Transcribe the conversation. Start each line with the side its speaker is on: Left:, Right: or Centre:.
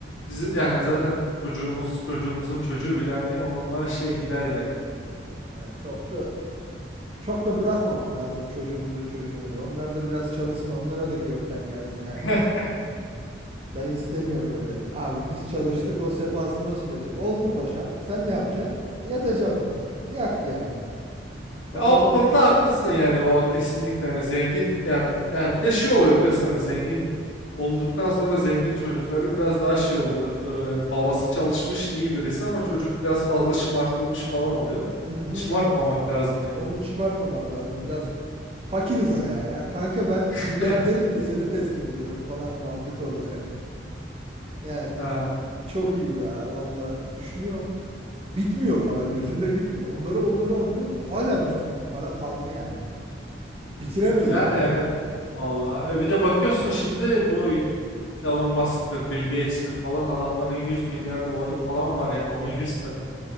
Left: bizi yani zaten çocuğumuz çocuğumuzun çocuğu bile hani onunla şey gider yani.
Right: ya çok da çok da bırakmamak lazım çocuğumuzun çocuğuna da. Onlar da biraz çalışsın, onlara da gökten gelsin ya.
Left: <laughs>
Right: Ben istemiyorum öyle. Abi biz çalıştık, o sefasını o sürecek. Oldu paşam. Sen ne yapacaksın? Yatacağım baba. Yak yani. O
Left: Ya o
Right: kafada
Left: konuda haklısın yani o kesinlikle yani zengin ya, ya bir de şey oluyor biliyorsun hani zengin olduktan sonra zengin çocukları biraz daha şey oluyor Ee, yani babası çalışmış iyi birisi ama çocuk biraz fazla şımartılmış falan oluyor
Right: hı hı,
Left: şımartmamak
Right: o ço-
Left: lazım yani
Right: onu çıbartmamak lazım. Biraz fakiriz ayağa ya. Kanka ben milyarderim
Left: <laughs>
Right: de seni test ediyorum falan muhabbeti olacak. Yani
Left: Ha,
Right: Çok iyi ya valla düşünüyorum. Bitmiyor para gözümde bitmiyor. Onları onları alıyoruz. Hala bitmedi. Para kaldı yani. Bitiremeyiz
Left: yani
Right: yani
Left: evet
Right: şimdi.
Left: vallahi E, bir de bakıyorsun şimdi bu Elon Musk'tır Bill Gates'tir falan adamların 100 milyar doları falan var yani onun 100 katı